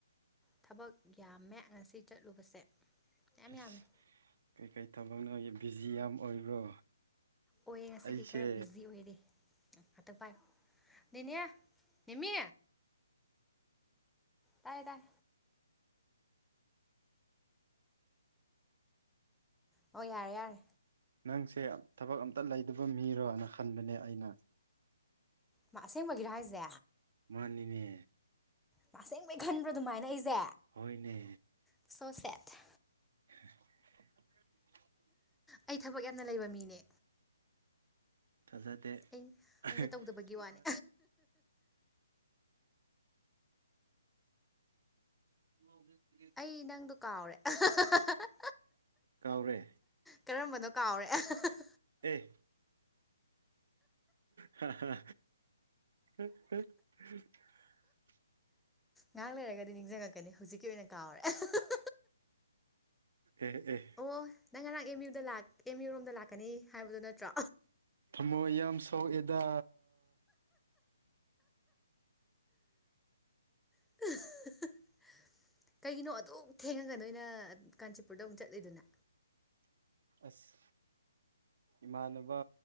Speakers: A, in the centre; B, on the right.
A: ꯊꯕꯛ ꯌꯥꯝꯃꯦ ꯉꯁꯤ ꯆꯠꯂꯨꯕꯁꯦ ꯌꯥꯝ
B: ꯑꯁ
A: ꯌꯥꯝꯃꯦ꯫
B: ꯀꯩꯀꯩ ꯊꯕꯛꯅꯣ ꯕꯤꯖꯤ ꯌꯥꯝ ꯑꯣꯏꯕ꯭ꯔꯣ꯫
A: ꯑꯣꯏꯌꯦ ꯉꯁꯤꯗꯤ
B: ꯑꯩꯁꯦ
A: ꯈꯔ ꯕꯤꯖꯤ ꯑꯣꯏꯔꯦ ꯉꯥꯛꯇ ꯄꯥꯏꯌꯨ ꯅꯦꯅꯦ꯫ ꯅꯦꯃꯤ ꯇꯥꯏ ꯇꯥꯏ꯫ ꯑꯣ ꯌꯥꯔꯦ ꯌꯥꯔꯦ꯫
B: ꯅꯪꯁꯦ ꯊꯕꯛ ꯑꯝꯇ ꯂꯩꯗꯕ ꯃꯤꯔꯣꯅ ꯈꯟꯕꯅꯦ ꯑꯩꯅ꯫
A: ꯃꯥ ꯑꯁꯦꯡꯕꯒꯤꯔꯣ ꯍꯥꯏꯁꯦ꯫
B: ꯃꯥꯅꯤꯅꯦ꯫
A: ꯃꯥ ꯑꯁꯦꯡꯕꯩ ꯈꯟꯕ꯭ꯔꯣ ꯑꯗꯨꯃꯥꯏꯅ ꯑꯩꯁꯦ꯫
B: ꯍꯣꯏꯅꯦ꯫
A: ꯁꯣ ꯁꯦꯠ꯫
B: <unintelligible>
A: ꯑꯩ ꯊꯕꯛ ꯌꯥꯝꯅ ꯂꯩꯕ ꯃꯤꯅꯦ꯫
B: ꯊꯥꯖꯗꯦ
A: ꯑꯩ
B: ꯍ꯫
A: ꯑꯩꯅ ꯇꯧꯗꯕꯒꯤ ꯋꯥꯅꯦ
B: ꯍ꯫ <unintelligible>
A: ꯑꯩ ꯅꯪꯗꯣ ꯀꯥꯎꯔꯦ <unintelligible>
B: ꯀꯥꯎꯔꯦ
A: ꯀꯔꯝꯕꯅꯣ ꯀꯥꯎꯔꯦ <unintelligible>
B: ꯑꯦ꯫ ꯍꯥ ꯍꯥ <unintelligible>
A: ꯉꯥꯏꯍꯥꯛ ꯂꯩꯔꯒꯗꯤ ꯅꯤꯡꯁꯤꯡꯉꯛꯀꯅꯤ ꯍꯧꯖꯤꯛꯀꯤ ꯑꯣꯏꯅ ꯀꯥꯎꯔꯦ <unintelligible>
B: ꯑꯦ ꯑꯦ꯫
A: ꯑꯣ ꯅꯪ ꯉꯔꯥꯡ ꯑꯦꯝ ꯌꯨ ꯗ ꯂꯥꯛ ꯑꯦꯝ ꯌꯨ ꯔꯣꯝꯗ ꯂꯥꯛꯀꯅꯤ ꯍꯥꯏꯕꯗꯨ ꯅꯠꯇ꯭ꯔꯣ꯫
B: ꯊꯃꯣꯏ ꯌꯥꯝ ꯁꯣꯛꯑꯦꯗꯥ꯫
A: <unintelligible> ꯀꯩꯒꯤꯅꯣ ꯑꯗꯨꯛ ꯊꯦꯡꯉꯒ ꯅꯣꯏꯅ ꯀꯥꯟꯆꯤꯄꯨꯔꯗ ꯑꯃꯨꯛ ꯆꯠꯂꯤꯗꯨꯅ꯫
B: ꯑꯁ ꯏꯃꯥꯟꯅꯕ